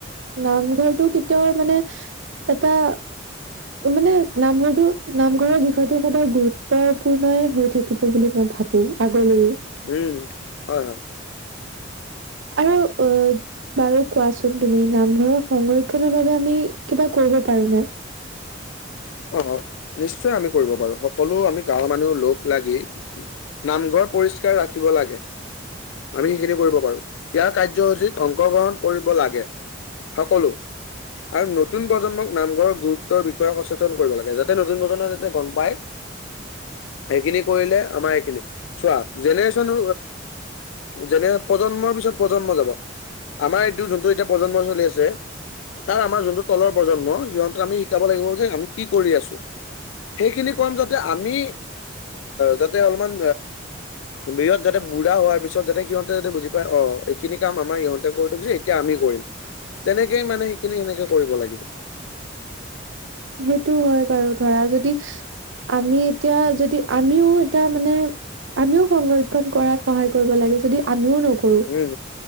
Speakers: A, on the right; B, on the left.
A: নামঘৰটো কেতিয়াও মানে এটা মানে নামঘৰটো নামঘৰৰ বিষয়টো সদায় গুৰুত্বপূৰ্ণই হৈ থাকিব বুলি মই ভাব বো আগলৈও।
B: এ, হয় হয়। <inaudible>
A: আৰু অ বাৰু কোৱাচোন তুমি নামঘৰৰ সংৰক্ষনৰৰ বাবে আমি কিবা কৰিব পাৰোঁ নাই?
B: অ', অ' নিশ্চয় আমি কৰিব পাৰোঁ, সকলো আমি গাঁওৰ মানুহ লগ লাগি নামঘৰ পৰিষ্কাৰ ৰাখিব লাগে। আমি সেইখিনি কৰিব পাৰোঁ, ইয়াৰ কাৰ্যসূচীত অংশগ্ৰহণ কৰিব লাগে। সকলো আৰু নতুন প্ৰজন্মক নামঘৰৰ গুৰুত্বৰ বিষয়ে সচে তন কৰিব লাগে, যাতে নতুন নতুন প্ৰজন্মই যাতে গম পায় সেইখিনি কৰিলে আমাৰ এইখিনি, চোৱা জেনেৰেশ্যন <unintelligible> যেনে প্ৰজন্মৰ পিছত প্ৰজন্ম যাব, আমাৰ এইটো যোনটো এতিয়া প্ৰজন্ম চলি আছে তাৰ আমাৰ যোনটো তলৰ প্ৰজন্ম সিহঁতক আমি শিকাব লাগিব যে আমি কি কৰি আছোঁ। সেইখিনি কম যাতে আমি যাতে অলপমান বয়স যাতে বুঢ়া হোৱাৰ পিছত যাতে সিহতে যতে বুজি পাই অ এইখিনি কাম আমাৰ ইহঁতে পোৱাটো উচিত এতিয়া আমি কৰিম, তেনেকেই মানে সেইখিনি সেনেকে কৰিব লাগিব
A: সেইটো হয় বাৰু ধৰা যদি আমি এতিয়া যদি আমিও এটা মানে আমিও সংৰক্ষণ কৰাত সহায় কৰিব লাগে যদি আমিও ন কৰোঁ
B: উম